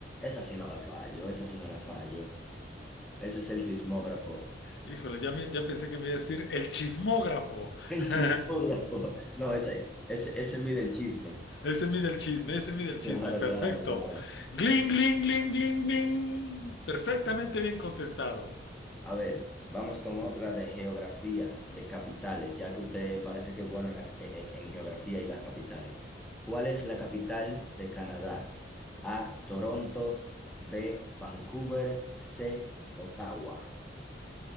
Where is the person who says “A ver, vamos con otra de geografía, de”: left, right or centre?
Centre